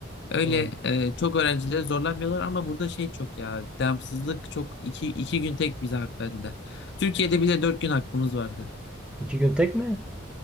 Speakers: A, on the left; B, in the centre.
A: Öyle
B: Hı.
A: e, çok öğrencileri zorlamıyorlar ama burada şey çok ya devamsızlık çok iki, iki gün tek bize hak verdiler. Türkiye'de bile dört gün hakkımız vardı.
B: İki gün tek mi?